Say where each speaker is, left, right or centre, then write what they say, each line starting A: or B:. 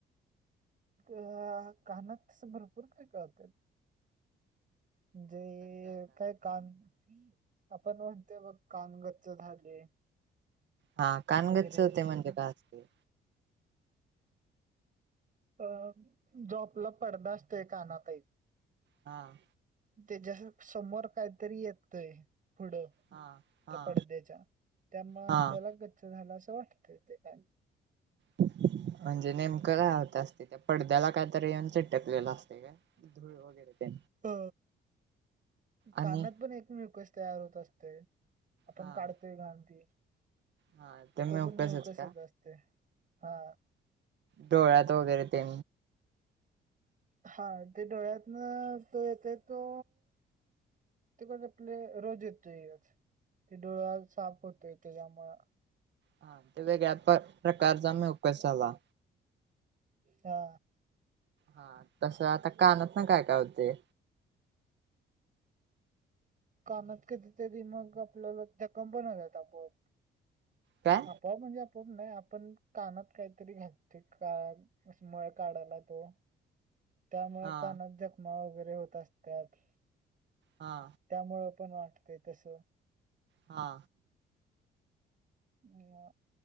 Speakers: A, on the right; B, on the right.
A: अ कामात तस भरपूर काय कळतंय म्हणजे काय कान, आपण म्हणतेय बघ कानगच्च झाले.
B: हा कानगच्च
A: वगैरे
B: होतय
A: वगैरे
B: म्हणजे काय असतय?
A: अ जॉबला पडदा असतोय कानातई
B: हां.
A: त्याच्या समोर काहीतरी येतय पुढं.
B: हा हा
A: त्या पडद्याच्या, त्यामूळ आपल्याला
B: हा
A: गच्च झाल असं वाटतं. ते का
B: म्हणजे नेमकं काय होत असते? त्या पडद्याला कायतरी येऊन चिटकलेलं असते काय? झुरळ वगैरे
A: अ,
B: आणि
A: कानात पण एक मिऊकस तयार होत असते. आपण
B: हा
A: काढतोय घांत ती
B: हा ते
A: तो
B: म्युकसच
A: पण मिऊकसच
B: का
A: असते. हा
B: डोळ्यात वगैरे ते
A: हा ते डोळ्यातन अस येतेय तो ते आपले रोज येतोयच, ते डोळा आपला साफ होतोय त्याच्यामुळे
B: हा ते वेगळ्या प्रकारचा मिऊकस झाला.
A: हा.
B: हा तस आता कानात न काय काय होते?
A: कानाात कधीतरी मग आपल्याला ते <unintelligible> आपोआप
B: काय
A: आपोआप म्हणजे आपोआप नाही आपण कानात काहीतरी घालतोय का अस मळ काढायला तो त्यामुळे
B: हा
A: कानात जखमा वगैरे होत असत्यात.
B: हा.
A: त्यामुळे पण वाटते तसं.
B: हा.
A: अ